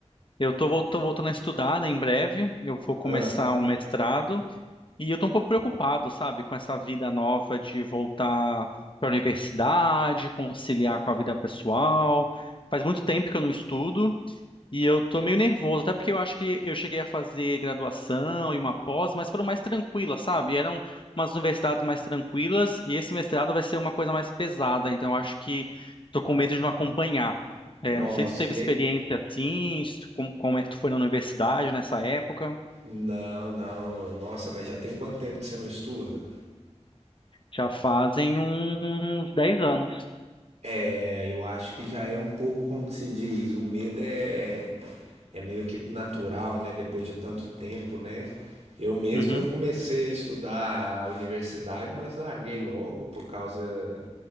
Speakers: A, on the left (about 45°); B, on the right (about 75°).
A: eu tô, vol- tô voltando a estudar, né, em breve. Eu vou começar
B: Hã?
A: um mestrado e eu tô um pouco preocupado, sabe, com essa vida nova de voltar para a universidade, conciliar com a vida pessoal. Faz muito tempo que eu não estudo E eu tô meio nervoso, até porque eu acho que eu cheguei a fazer graduação e uma pós, mas foram mais tranquilas, sabe? Eram umas universidades mais tranquilas e esse mestrado vai ser uma coisa mais pesada, então eu acho que tô com medo de não acompanhar. É,
B: nossa,
A: não sei se tu teve
B: e tem...
A: experiência assim, se tu- como, como é que tu foi na universidade nessa época?
B: Não, não, nossa, mas já tem quanto tempo que você não estuda?
A: Já fazem uns dez anos.
B: É, eu acho que já é um pouco como que se diz, o medo é, é, é meio que natural, né? Depois de tanto tempo, né? Eu mesmo
A: Uhum,
B: eu comecei a estudar a universidade, mas larguei logo por causa